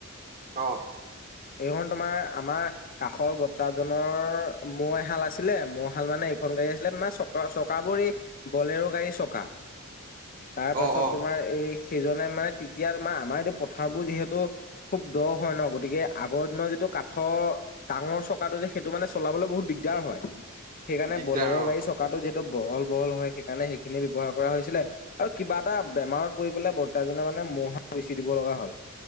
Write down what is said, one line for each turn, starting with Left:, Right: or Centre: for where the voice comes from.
Right: অঁ'
Left: এইখন তোমাৰ আমাৰ কাষৰ বৰদেউতা জনৰ। মহ এহাল আছিলে মহ হাল মানে এইখন গাড়ী আছিলে তোমাৰ চকা চকাবোৰ এই বলেৰো গাড়ী চকা তাৰ পাছত
Right: অ অ
Left: তোমাৰ এই। সেইজনে মানে তেতিয়া তোমাৰ আমাৰ এতিয়া পথাৰবোৰ যিহেতু। খুব দ হয় ন গতিকে আগৰ দিনৰ যিটো কাঠৰ ডাঙৰ চকাটো যে সেইটো মানে চলাবলৈ বহুত দিগদাৰ হয় সেইকৰণে
Right: দিগদাৰ
Left: বলাৰো
Right: অ
Left: গাড়ী চকা। চকাটো যিহেতু বহল বহল হয় সেইকাৰণে সেইখিনি ব্যৱহাৰ কৰা হৈছিলে। আৰু কিবা এটা বেমাৰত পৰি পেলাই বৰ্তাজনে মানে মহ হাল বেছি দিব লগা হ'ল।